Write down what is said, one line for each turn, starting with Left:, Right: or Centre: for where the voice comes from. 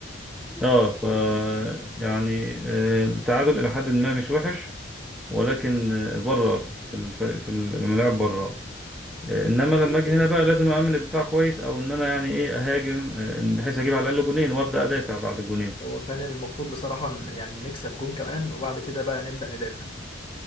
Centre: اه ف يعني آه، التعادل الى حد ما مش وحش ولكن آه، بره في الفريق في الملاعب بره آه، انما لما اجي هنا بقى لازم اعمل الدفاع كويس او ان انا يعني ايه اهاجم آه، بحيث اجيب على الاقل جونين وابدا ادافع بعد الجونين
Left: هو كان المفروض بصراحة يعني نكسب جون كمان وبعد كده بقى نبدأ ندافع